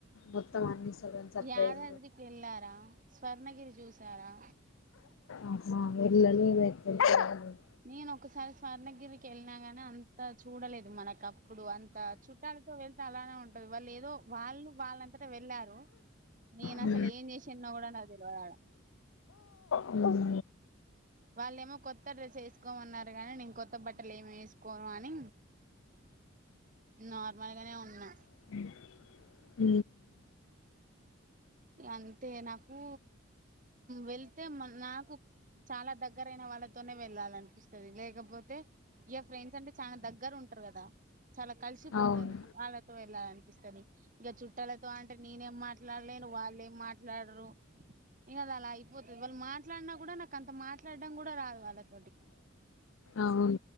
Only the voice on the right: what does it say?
యాదాద్రి కి ఎల్లారా స్వర్ణగిరి జూస్ చారా
నేను ఒకసారి స్వర్ణగిరికి వెళ్ళినా గాని అంత చూడలేదు మనకు ఇప్పుడు అంత చుట్టాలతో వెళ్తే అలానే ఉంటది వాళ్ళు ఏదో వాళ్ళు వాళ్ళంతటా వెళ్ళారు నేను
అసలు ఏం చేసిన కూడా నా తెలిరాడా
వాళ్ళేమో కొత్త డ్రెస్ వేసు ఒక్కమన్నారు కాగానీ నే కొత్త బట్టలు ఏమి వేసుకోను అని నార్మల్ గానే ఉన్నా
అంతే నాకు వెళ్తే మ నాకు చాలా దగ్గర దగ్గర అయిన వాళ్ళతోనే వెళ్ళాల అనిపిస్తుంది లేకపోతే ఇ ఫ్రెండ్స్ అంటే చాలా దగ్గర ఉంటారు కదా చాలా కలిసిపోతారు
వాళ్ళతో ఇలా అనిపిస్తుంది ఇక చుట్టాలతో అంటే నేనేం మాట్లాడలేను వాళ్ళ ఏం మాట్లాడరు ఇంక అది అలా అయిపోతుది వాళ్ళు మాట్లాడినా కూడా నాకు అంత మాట్లాడడం కూడా రాదు వాళ్ళ